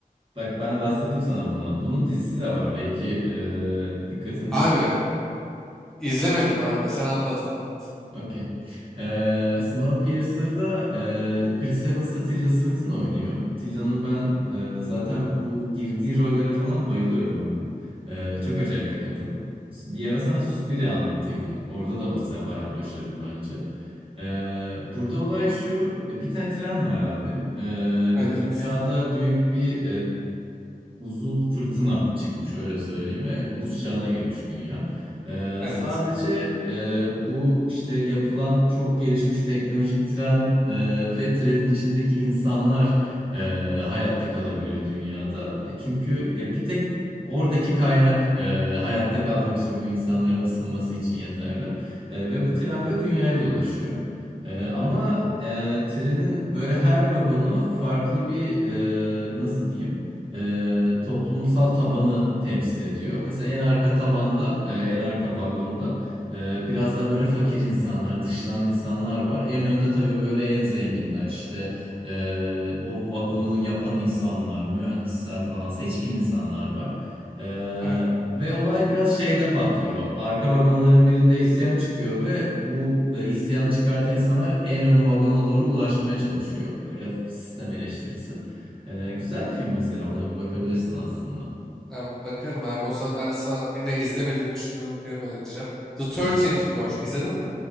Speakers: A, on the right; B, in the centre.
A: Bak ben bahsedeyim sana bundan. Bunun dizisi de var. Belki e, dikkatini
B: Abi
A: de çekmiş.
B: izlemedim abi sen anlat anlat.
A: Okey. Ee, Snowpiercer'da e, Chris Evans'la Tilda Swinton oynuyor. Tilda'nın ben e, zaten bu girdiği rollere falan bayılıyorum abi. Ee, çok acayip bir kadın. Bir ara sana Suspiria anlattıydım. Orada da mesela bayağı başarılı bence. Ee, burada olay şu. e, Bir tane tren var abi. Ee,
B: Evet
A: ve dünyada büyük bir e, buzul fırtına çıkmış öyle söyleyeyim. Ve buz çağına girmiş dünya. Ee,
B: evet
A: sadece e, bu işte yapılan çok gelişmiş teknolojik tren e, ve trenin içindeki insanlar e, hayatta kalabiliyor dünyada. E, çünkü ya bir tek oradaki kaynak e, hayatta kalmak için bu insanların ısınması için yeterli. E, ve bu tren böyle dünyayı dolaşıyor. E, ama e, trenin böyle her vagonu farklı bir e, nasıl diyeyim? e, toplumsal tabanı temsil ediyor. Mesela en arka tabanda, e, en arka vagonda e, biraz daha böyle fakir insanlar, dışlanan insanlar var. En önde tabii böyle en zenginler, işte e, o vagonu yapan insanlar, mühendisler falan, seçkin insanlar var. E,
B: aynen.
A: Ve olay biraz şeyde patlıyor. Arka vagonların birinde isyan çıkıyor ve bu e, isyanı çıkartan insanlar en ön vagona doğru ulaşmaya çalışıyor. Böyle sistem eleştirisi. Ee, güzel bir film mesela. Ona bir bakabilirsin aslında.
B: Abi, bakarım abi o zaman ben sana yine izlemediğini düşündüğüm bir film önereceğim. The Thirteenth
A: Hı.
B: Floor izledin mi?